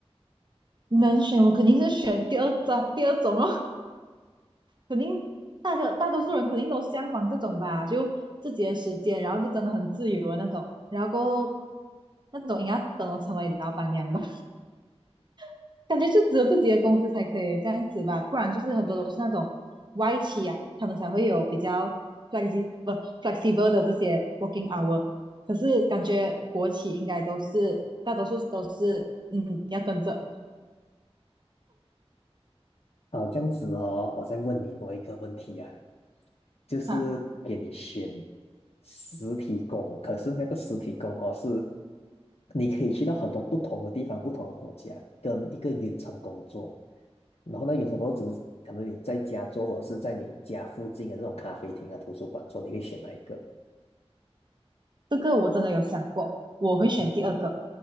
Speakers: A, on the right; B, on the left.
A: 能选我肯定是选第二张第二种哦。肯定大多大多数人肯定都向往这种吧，就自己的时间，然后就真的很自由的那种，然后够那种应该等我成为老板娘吧，<laughs> 感觉就只有自己的公司才可以这样子吧，不然就是很多都是那种外企啊，他们才会有比较 flexi b l 不 flexible 的这些 working hour，可是感觉国企应该都是大多数都是嗯要跟着。
B: 好，这样子哦，我再问你多一个问题啊，就是给你选
A: 哈。
B: 实体工，可是那个实体工哦是，你可以去到很多不同的地方、不同的国家，跟一个远程工作，然后呢，远程工作只是可能你在家做，或者是在你家附近的这种咖啡厅啊、图书馆做，你会选哪一个？
A: 这个我真的有想过，我会选第二个，
B: 嗯，